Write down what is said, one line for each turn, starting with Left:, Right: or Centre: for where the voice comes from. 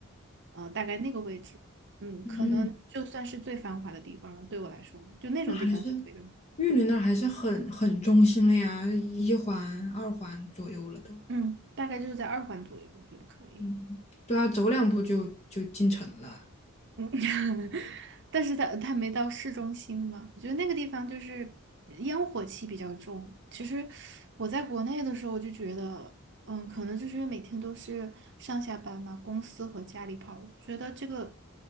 Right: 呃，大概那个位置，嗯，
Left: 嗯，
Right: 可能就算是最繁华的地方了，对我来说，就那种地方是可以的，
Left: 那还是玉林那儿还是很很中心了呀，一环、二环左右了都，
Right: 嗯，大概就是在二环左右，我觉得可以。
Left: 嗯对啊，走两步就就进城了。
Right: 嗯，<laughs> 但是它它没到市中心嘛，我觉得那个地方就是烟火气比较重。其实我在国内的时候，我就觉得，嗯，可能就是因为每天都是上下班嘛，公司和家里跑，我觉得这个